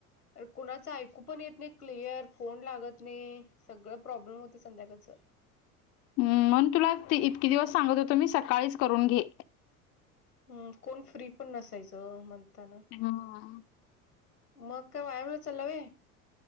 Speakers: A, on the left; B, on the left.
A: अ कुणाचं ऐकू पण येत नाही क्लिअर फोन लागत नाही. सगळं प्रॉब्लेम होते, संध्याकाळच.
B: हमम म्हणून तुला इतकी दिवस सांगत होतो मी सकाळीच करून घे.
A: हम्. कोण फ्री पण नसायचं म्हणताना.
B: हां..
A: मग काय, व्यायामला चाला व्हयं.